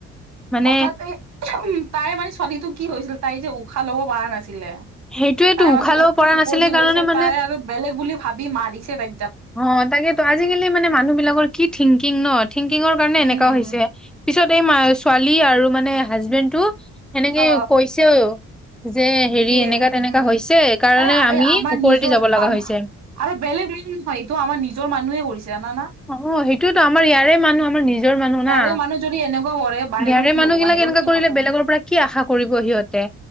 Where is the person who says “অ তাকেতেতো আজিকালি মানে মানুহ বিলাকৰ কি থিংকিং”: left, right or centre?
Centre